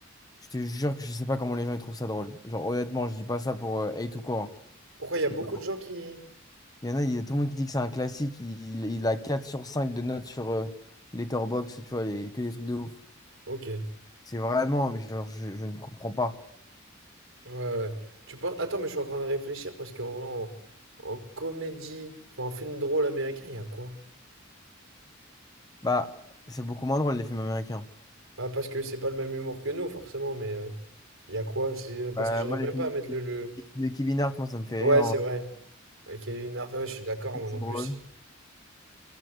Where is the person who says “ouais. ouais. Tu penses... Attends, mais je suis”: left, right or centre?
Right